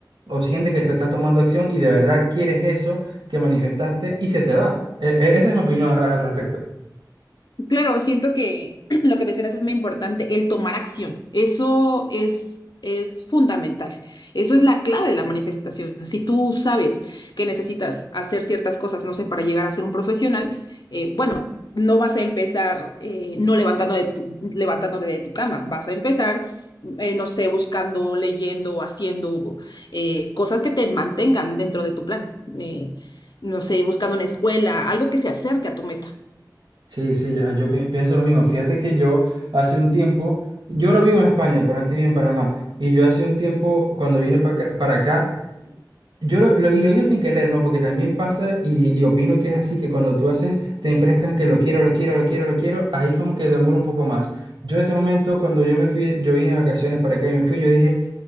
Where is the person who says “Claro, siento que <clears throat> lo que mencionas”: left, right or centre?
Left